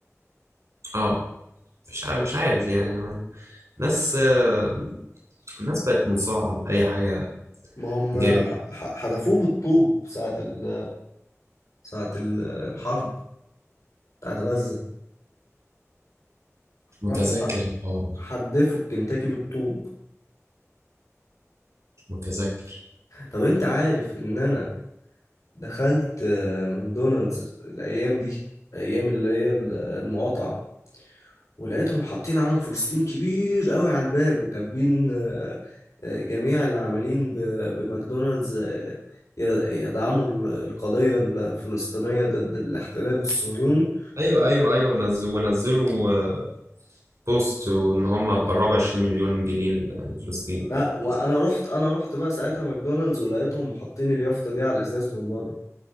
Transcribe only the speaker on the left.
ما هم
ح- ح- حدفوه بالطوب ساعة ال ساعة ال- الحرب بتاعت غزة
راحوا ح-
حدفوا الكنتاكي بالطوب
طب انت عارف ان انا دخلت آه، ماكدونالدز الايام دي ايام اللي هي ال- المقاطعة ولقيتهم حاطين علم فلسطين كبير قوي على الباب وكاتبين آه، آه، جميع العاملين ب- بماكدونالدز آه، ي- يدعموا ال- القضية الفلسطينية ضد الاحتلال الصهيوني
لا
وانا
رحت انا رحت بقى ساعتها ماكدونالدز ولقيتهم حاطين اليافطة دي على الازاز من بره